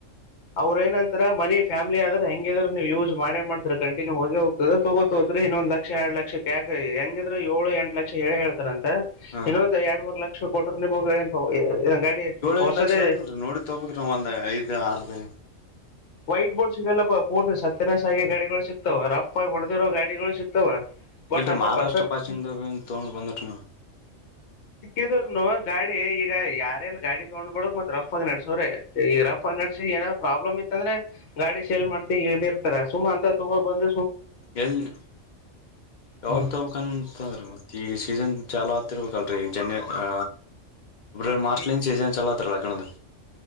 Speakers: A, on the left; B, on the left.
A: ಅವ್ರ ಏನಂತರ ಮನ ಫ್ಯಾಮಿಲಿ ್ರೆ ಹೆಂಗಗೆ್ರ ಯೂಸ್ ಮಾಡ್್ರ ಕಂಟಿನ್ಯೂ ಹೋಗಿೋಗ ಅದ ತಗೋತೋತ್ರಿ ಇನ್ನೊಂದ್ ಲಕ್ಷ ಎರಡ್ ಲಕ್ಷ ಕಕ ಹೆಂಗಿದ್ರು ಏಳು ಎಂಟ ಲಕ್ಷ ಹೇಳೇ ಹೇಳ್ತಾರ ಅಂತ
B: ಹಾ
A: ಇನ್ನೊಂದು ಎರಡ್ ಮೂರ್ ಲಕ್ಷ ಸ್ೋಟನ ಬೋಗಾಯ ಇದ ಗಾಡಿ
B: ಂಟ್
A: ಹೊಸದೇ
B: ಲಕ್ಷದಲ್ರಿ ನೋಡಿ ತೋಬಬೇಕಕ್ ನಾವ್ ಒಂದ್ಐ್ ಆರ್ದ
A: ವೈಟ್ ಬೋರ್ಡ್ ಸಿಗಲ್ಲ ಪೂರ್ತಿ ಸತ್ಯನ ಸಾಗಿಿ ಗಾಡಿಗಳು ಸಿಕ್ತವೆ ರ ಪ ಹೊಡೆದಿರೋ ಗಾಡಿಗಳು ಸಿಗ್ತಾವ ಬಟ್
B: ಇಲ್ಲ
A: ಅಂತ
B: ಮಹಾರಾಷ್ಟ್ರ
A: ಪರ್ಫೆಕ್ಟ್
B: ಪಾಕ್ಷಿಂದ ತೋೊಂಡ ಬಂದಟ
A: ಿದರ್ನು ಗಾಡಿ ಈಗ ಯಾರಲ್ಲಿ ಗಾಡಿ ತೊ್ೊಳಗ್ ಮೆ ರಫ್ ಆಗಿ ನಡೆಸೋವ್ರೆ ಈ ರಫ್ ಫೈನಾನ್ಸಲ್ ಏನಾದ ಪ್ರಾಬ್ಲಮ್ ಇತ್ತ ಅಂದ್ರೆ ಗಾಡಿ ಸೇಲ್ ಮಾಡ್ತ ಇ್ದಿರ್ತಾರ ಸುಮಾ ಅಂತ ತಗೋ ಬಂದ್
B: ಎಲ್ಲಿ ಯಾವಾಗ
A: ಹ್ಮ್
B: ತೊಬೇಕಂತಂದ್ರೆ ಮತ್ತೆ ಈಗ ಸೀಸನ್ ಚಾಲ ಆತಿರ್ಬೇಕಲ್ೀ ಈಗ ಜನ್ ಹ ಎ ಮಸ್ಲಿನ್
A: ಈ
B: ಸೀ ಚಲ ಪತ್ರ ಲಾಗಾಗಣದ